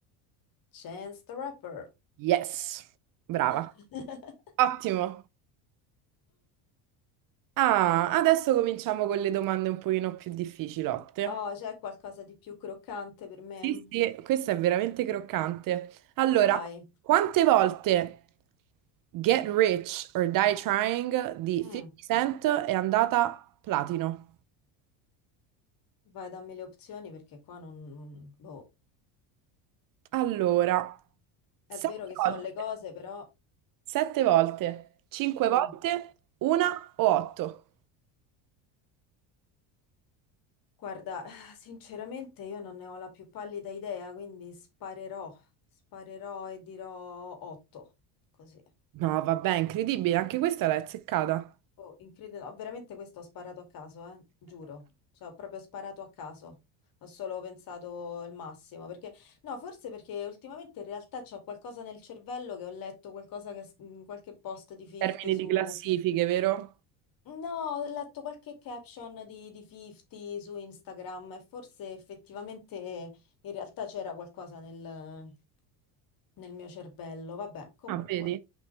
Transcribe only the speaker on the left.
Chance the Rapper.
<laughs>
Oh, c'è qualcosa di più croccante per me?
Vai,
Mm,
vai, dammi le opzioni perché qua non... Boh,
è
vero che
so le cose, però...
Mm,
Guarda, <laughs> <sighs> sinceramente io non ne ho la più pallida idea, quindi sparerò, sparerò e dirò 8, così.
Oh, incredibile, no, veramente questo ho sparato a caso, eh, giuro. Cioè, ho proprio sparato a caso. Ho solo pensato il massimo, perché no, forse perché ultimamente in realtà c'ho qualcosa nel cervello che ho letto qualcosa che in qualche post di 50
su
No, ho letto qualche caption di, di 50 su Instagram e forse effettivamente in realtà c'era qualcosa nel, nel mio cervello. Vabbè, comunque.